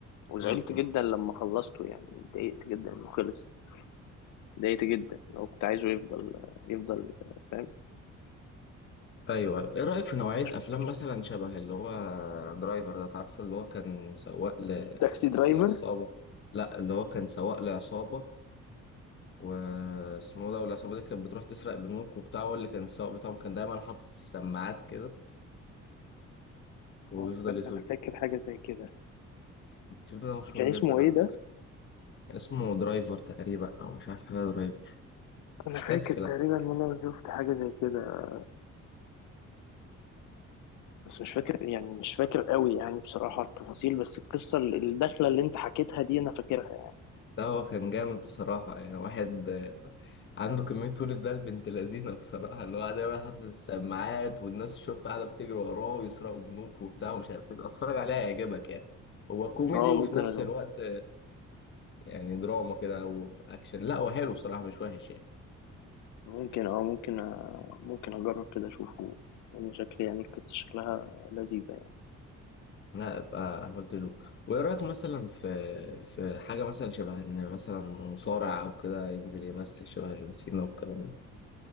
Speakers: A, on the left; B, on the left.
A: وزعلت
B: م- م.
A: جدا لما خلصته يعني اتضايقت جدا انه خلص اتضايقت جدا لو كنت عايزه يفضل يفضل فاهم
B: ايوه أيوة. ايه رايك في نوعيه
A: <laughs>
B: افلام مثلا شبه اللي هو درايفر ده تعرفه اللي هو كان سواق ل...
A: تاكسي درايفر
B: لعصابه لا اللي هو كان سواق لعصابه واسمه ده والعصابة دي كانت بتروح تسرق بنوك وبتاع واللي كان السواق بتاعهم كان دايما حاطط السماعات كده وبيفضل
A: اه استنى
B: يسوق
A: انا فاكر حاجة زي كده
B: الفيلم ده مشهور
A: كان اسمه
B: جدا
A: ايه
B: على
A: ده
B: فكرة كان اسمه درايفر تقريبا أو مش عارف حاجة درايفر
A: انا
B: مش
A: فاكر
B: تاكسي
A: تقريبا
B: لأ
A: ان انا شفت حاجه زي كده بس مش فاكر يعني مش فاكر قوي يعني بصراحه التفاصيل بس القصه الداخله اللي انت حكيتها دي انا فاكرها يعني
B: ده هو كان جامد بصراحة يعني واحد آه، عنده كمية طولة ده بنت لذينة بصراحة اللي هو دايما حاطط السماعات والناس الشرطة قاعدة بتجري وراه ويسرقوا بنوك وبتاع ومش عارف ايه اتفرج عليها هيعجبك يعني هو كوميدي
A: اه
B: وفي
A: ممكن
B: نفس
A: اشوف
B: الوقت يعني دراما كده او في اكشن لا هو حلو بصراحه مش وحش يعني
A: ممكن اه ممكن أ... ممكن اجرب كده اشوفه لان شكل يعني القصه شكلها لذيذه يعني
B: لا ابقى هولد اشوف وايه رايك مثلا في في حاجه مثلا شبه ان مثلا مصارع او كده ينزل يمثل شبه جون سينا والكلام ده ما